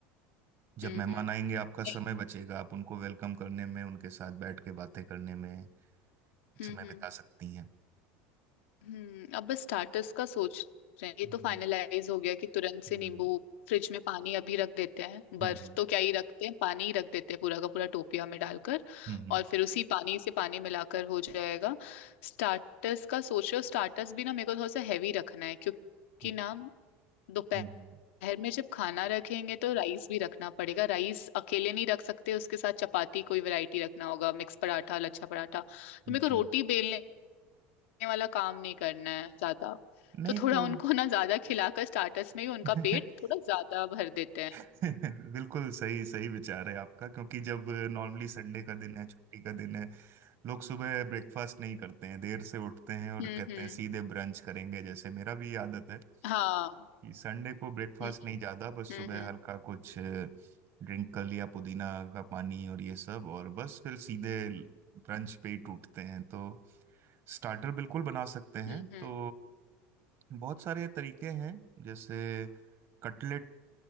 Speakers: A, on the right; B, on the left.
A: जब
B: हम्म
A: मेहमान
B: हम्म,
A: आएंगे आपका समय
B: नहीं
A: बचेगा आप उनको वेलकम करने में उनके साथ बैठ के बातें करने में
B: हम्म
A: समय
B: हम्म
A: बिता सकती हैं
B: हम्म अब बस स्टार्टर्स का सोच रहे हैं ये
A: हम्म
B: तो फाइनलाइज हो गया कि तुरंत से
A: हम्म
B: नींबू फ्रिज में पानी अभी रख देते हैं बर्फ
A: हम्म
B: तो क्या ही रखते हैं पानी ही रख देते हैं पूरा का पूरा टोपिया में डालकर
A: हम्म
B: और फिर उसी पानी से पानी मिलाकर हो जाएगा स्टार्टर्स का सोच रहे हो स्टार्टर्स भी ना मेरे को थोड़ा सा हैवी रखना है क्योंकि
A: हम्म,
B: ना दोपहर
A: हम्म,
B: में जब खाना रखेंगे तो राइस भी रखना पड़ेगा राइस अकेले नहीं रख सकते उसके साथ चपाती कोई वैरायटी रखना होगा मिक्स पराठा लच्छा पराठा तो मेरे
A: जी
B: को रोटी बेलने वाला काम नहीं करना है ज्यादा
A: नहीं
B: तो थोड़ा
A: तो
B: उनको ना ज्यादा खिलाकर स्टार्टर्स में ही उनका
A: <laughs>
B: पेट थोड़ा ज्यादा भर देते हैं
A: <laughs> बिल्कुल सही सही विचार है आपका क्योंकि जब नॉर्मली संडे का दिन है छुट्टी का दिन है लोग सुबह ब्रेकफास्ट नहीं करते हैं देर से उठते हैं और
B: हम्म
A: कहते
B: हम्म
A: हैं सीधे ब्रंच करेंगे जैसे मेरा भी आदत है
B: हाँ
A: कि संडे को ब्रेकफास्ट
B: हम्म
A: नहीं ज्यादा बस
B: हम्म
A: सुबह हल्का कुछ ड्रिंक कर लिया पुदीना का पानी और ये सब और बस फिर सीधे ब्रंच पे ही टूटते हैं तो स्टार्टर बिल्कुल बना सकते
B: हम्म
A: हैं तो बहुत सारे तरीके हैं जैसे कटलेट